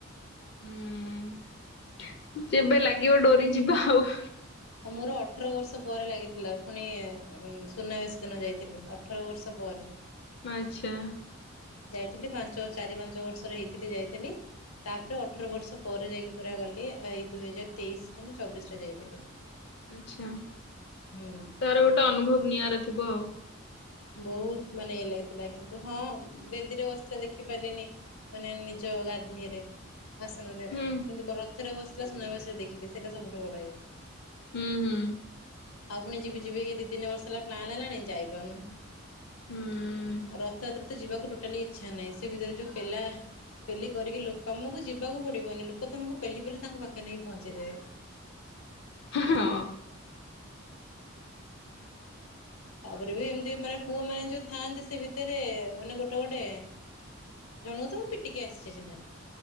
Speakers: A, on the left (about 50°); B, on the left (about 85°).
A: ହୁଁ, ଯେବେ ଲାଗିବ ଡୋରି ଯିବା ଆଉ।
B: ମୋର ଅଠର ବର୍ଷ ପରେ ଲାଗିଥିଲା ପୁଣି ଉଁ ସୁନାବେଶ ଦିନ ଯାଇଥିଲି ଅଠର ବର୍ଷ ପରେ।
A: ଆଛା।
B: ଯାଇଥିଲି ପାଞ୍ଚ ଚାରି ପାଞ୍ଚ ବର୍ଷର ହେଇଥିଲି ଯାଇଥିଲି। ତାପରେ ଅଠର ବର୍ଷ ପରେ ଯାଇକି ପୁରା ଗଲି ଏଇ ଦୁଇହଜାର ତେଇଶ୍ ରେ ନା ଚବିଶ୍ ରେ ଯାଇଥିଲି।
A: ଆଛା
B: ହୁଁ
A: ତାର ଗୋଟେ ଅନୁଭବ ନିଆରା ଥିବ ଆଉ।
B: ବହୁତ୍ ମାନେ ଇଏ ଲାଗିଥିଲା। କିନ୍ତୁ ହଁ ବେଦୀରେ ବସିଥିଲା ଦେଖି ପାରିଲିନି ମାନେ ନିଜ ଗାଧ୍ ଇଏରେ। <unintelligible>
A: ହୁଁ
B: କିନ୍ତୁ ରଥରେ ବସିଥିଲା ସୁନାବେଶ ଦେଖିଲି ସେଇଟା ସବୁଠୁ ବଡ ଇଏ।
A: ହୁଁ ହୁଁ।
B: ଆଉ ପୁଣି ଯିବି ଯିବି କି ଦି ତିନି ବର୍ଷ ହେଲା ପ୍ଲାନ୍ ହେଲାଣି ଯାଇପାରୁନୁ।
A: ହୁଁ।
B: ଆଉ ରଥଯାତ୍ରା ତ ଯିବାକୁ ଟୋଟାଲି ଇଚ୍ଛା ନାହିଁ ସେ ଭିତରେ ଯୋଉ ପେଲା ପେଲି କରିକି ଲୋ ତମକୁ ଯିବାକୁ ପଡିବନି ଲୋକ ତମକୁ ପେଲି ପେଲି ତାଙ୍କ ପାଖରେ ନେଇକି ପହଞ୍ଚେଇଦେବେ।
A: ହଁ ହଁ।
B: ତାପରେ ବି ଏମିତି ମାନେ ପୁଅ ମାନେ ଯୋଉ ଥାଆନ୍ତି ସେ ଭିତରେ ମାନେ ଗୋଟେ ଗୋଟେ। ଜଣକୁ ତ ମୁଁ ପିଟିିକି ଆସିଚି ସିଧା।